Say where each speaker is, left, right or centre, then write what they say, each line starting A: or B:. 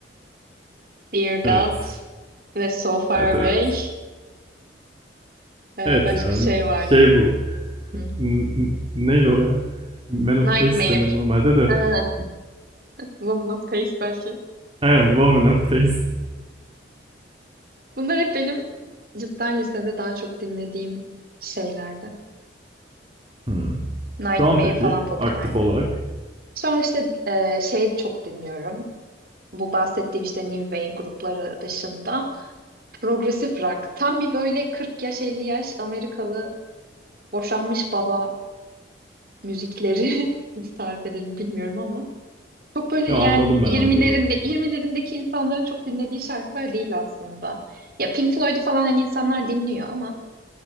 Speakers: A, on the right; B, on the right.
A: Dear God
B: Evet.
A: ve So Far
B: Evet evet.
A: Away. Ee,
B: Evet
A: başka
B: ya
A: şey vardı.
B: şey bu.
A: Hı.
B: N- n- neydi o ya? Man of
A: Nightmare.
B: Taste denir normalde de.
A: Ha,
B: <laughs>
A: Woman of Taste belki.
B: Aynen Woman of Taste.
A: Bunlar hep benim cidden lisede daha çok dinlediğim şeylerdi.
B: Hmm.
A: Nightmare
B: Şu an peki
A: falan popülerdi.
B: aktif olarak.
A: Şu an işte e, şey çok dinliyorum. Bu bahsettiğim işte New Wave grupları dışında progresif rock. Tam bir böyle 40 yaş 50 yaş Amerikalı boşanmış baba müzikleri <laughs> nasıl tarif ederim bilmiyorum ama çok böyle
B: Ya anladım
A: yani 20'lerinde
B: ben anladım.
A: 20'lerindeki insanların çok dinlediği şarkılar değil aslında. Ya Pink Floyd'u falan hani insanlar dinliyor ama